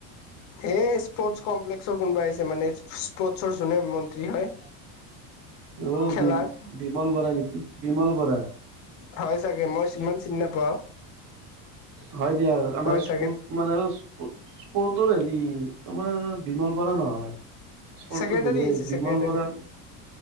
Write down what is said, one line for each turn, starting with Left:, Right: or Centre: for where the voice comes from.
Left: এ স্পৰ্টচ কমপ্লেক্সৰ কোনোবা আছে মানে স্পৰ্টচৰ যোনে মন্ত্ৰী হয়
Right: অ
Left: খেলাৰ
Right: বি বিমল বৰা নেকি বিমল বৰা
Left: হয় চাগে মই সিমান চিনি নাপাও
Right: হয় দিয়া আমাৰ
Left: হয় চাগে
Right: মানে স্পৰ্টৰ হেৰি তোমাৰ বিমল বৰা নহয় চোৰটো
Left: ছেক্ৰেটাৰী
Right: বেলেগ
Left: আহিছে
Right: বিমল
Left: ছেক্ৰেটাৰী
Right: বৰাৰ